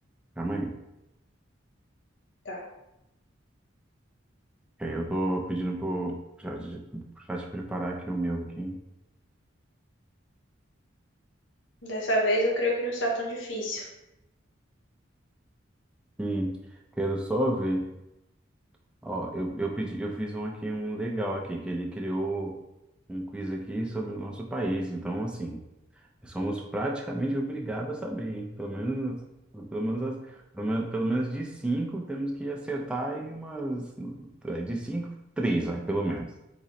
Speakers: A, in the centre; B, on the left (about 65°).
A: Calma aí.
B: Tá.
A: Ok, eu tô pedindo pro chat pro chat preparar aqui o meu aqui.
B: Dessa vez eu creio que não está tão difícil.
A: Hum, quero só ver. Ó, eu, eu pedi, eu fiz um aqui, um legal aqui, que ele criou um quiz aqui sobre o nosso país. Então, assim, somos praticamente obrigados a saber, hein? Pelo menos, pelo menos, as- pelo menos, pelo menos de cinco temos que acertar aí umas. aí De cinco, três, vai, pelo menos.